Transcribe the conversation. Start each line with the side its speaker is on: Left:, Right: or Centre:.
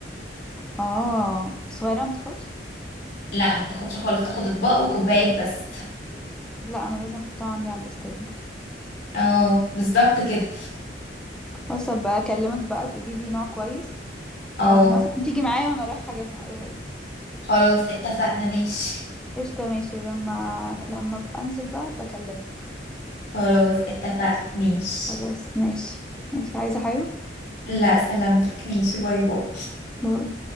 Centre: اه صغيره ما بتاخدش
Left: لا ما بتاخدش خالص تاخد أطباق وكوبايات بس
Centre: لا انا لازم احطها عندي على الليسته دي
Left: اه بالظبط كده
Centre: بس ابقى اكلمك بقى تقولي لي نوع كويس
Left: اه
Centre: او مثلا تيجي معايا وانا رايحه اجيبها ايه رايك
Left: خلاص اتفقنا ماشي
Centre: قشطه ماشي لما لما ابقى انزل بقى بكلمك
Left: خلاص اتفقنا ماشي
Centre: خلاص ماشي ماشي عايزه حاجه
Left: لا سلامتك ماشي باي باي
Centre: باي